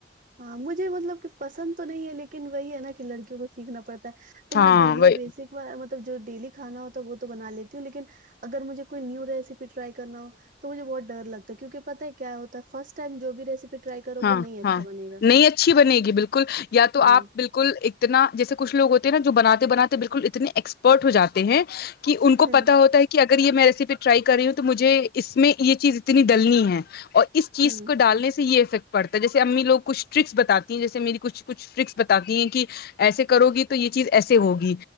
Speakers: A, on the right; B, on the left.
A: ہاں مجھے مطلب کہ پسند تو نہیں ہے لیکن وہی ہے نہ کہ لڑکیوں کو سیکھنا پڑتا ہے تو
B: ہاں
A: میں ڈیلی
B: وہی
A: بیسک وا مطلب جو ڈیلی کھانا ہوتا وہ تو بنا لیتی ہوں لیکن اگر مجھے کوئی نیو ریسیپی ٹرائی کرنا ہو تو مجھے بہت ڈر لگتا ہے کیونکہ پتا ہے کیا ہوتا فرسٹ ٹائم جو بھی ریسیپی ٹرئی کرو
B: ہاں
A: وہ نہیں اچھا بنے گا
B: نہیں اچھی بنے گی بالکل یا تو
A: ہاں
B: آپ بال الکل اتنا جیسے کچھ لوگ ہوتے ہیں نا جو بناتے بناتے بالکل اتنے ایکسپرٹ ہو جاتے ہیں کہ ان کو
A: ہوں
B: پتا ہوتا ہے کہ اگر یہ میں ریسیپی ٹرائی کر رہی ہوں تو مجھے اس میں یہ چیز اتنی ڈلنی ہے اور اس چیز
A: ہوں
B: کو ڈالنے سے یہ افیکٹ پڑتا ہے جیسے امی لوگ کچھ ٹرکس بتاتی ہیں جیسے میری کچھ کچھ ٹرکس بتاتی ہیں کہ ایسے کرو گی تو یہ چیز ایسے ہوگی